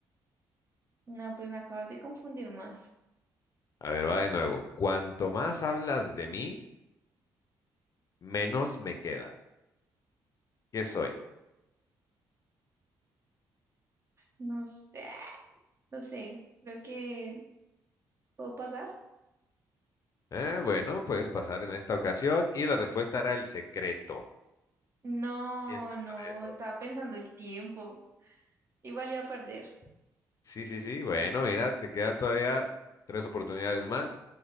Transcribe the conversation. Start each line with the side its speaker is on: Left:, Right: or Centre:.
Right: No, pues me acabas de confundir más.
Left: A ver, va de nuevo. Cuanto más hablas de mí, menos me queda. ¿Qué soy?
Right: No sé. No sé, creo que puedo pasar.
Left: Eh, bueno, puedes pasar en esta ocasión y la respuesta era el secreto.
Right: No,
Left: sientes
Right: no,
Left: con eso.
Right: estaba pensando el tiempo. Igual iba a perder.
Left: Sí, sí, sí, bueno, mira, te queda todavía tres oportunidades más.